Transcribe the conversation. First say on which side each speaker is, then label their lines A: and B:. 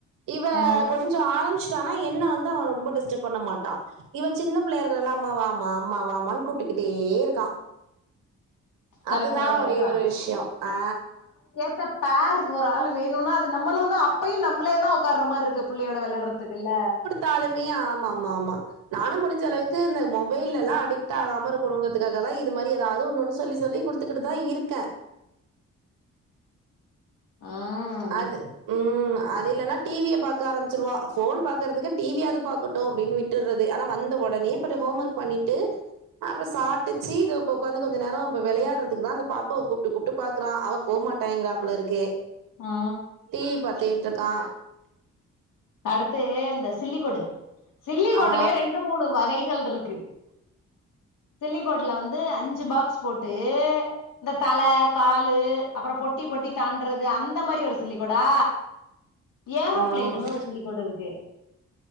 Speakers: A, on the right; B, on the left.
A: இவ
B: ஆ
A: கொஞ்சோ ஆரம்பிச்ட்டானா என்ன வந்து அவ ரொம்ப டிஸ்டர்ப் பண்ண மாட் டா இவ சின்ன பிள்ளையா இருக்குறால்ல அம்மா வாமா அம்மா வாமான் கூப்ட்டுக்கிட்டே இருக்கா
B: கரெக்ட்
A: அதுதா
B: தான் கரெக்ட்
A: ஒரே ஒரு விஷ்யோ ஆ
B: ப்ப பார் ஒரு ஆள் வேணுனா அது நம்மளு தா அப்பயு நம்ளே தா ஒக்கார்ற மார்ருக்கு பிள்ளையோட வெளயாட்றதுக்கு இல்ல
A: டாலுமே ஆமா ஆமா ஆமா நானு முடிஞ்சளவுக்கு இந்த மொபைல்லலா அடிக்ட் ஆகாம இருக்கணுங்க அதுக்காக தா இது மாரி ஏதாவ்து ஒன்னொன்னு சொல்லி சொல்லி குடுத் த்துக்கிட்டு தா இருக்கே
B: ம்
A: அது ம் அது இல்லனா டீ வி ய பாக்க ஆரம்பிச்சிருவா ஃபோன் பாக்கறதுக்கு டீ வி யாது பாக்கட்டு அப்டின்னு விட் டுறது ஆனா வந்த ஒடனே பதி ஹோம் ஒர்க் பண்ணிட்டு அப்றோ சாப்ட்டு சீ தோப்ப உக்காந்து கொஞ்ச நேரோ இப்ப வெளையாடுறதுக்கு தா இந்த பாப்பாவ கூப்ட்டு கூப்ட்டு பாக்றா அவ போமாட்டாய்ங்கிறாப்புல இருக்கு
B: ஆ
A: டீவி பாத்திட்டு இருக்கா
B: அடுத்து இந்த சில்லிக்கோடு சில்லிக்கோடலயே
A: ஆ.
B: ரெண்டு மூணு வகைகள் இருக்கு சில்லிக்கோட்ல வந்து அஞ்சு பாக்ஸ் போட்டு இந்த தல காலு அப்புறோ பொட்டி பொட்டி தாண்டறது அந்த மாரி ஒரு சில்லிக்கோடா ஏரோபிளேனுன்னு
A: ம்.
B: ஒரு கோடு இருக்கு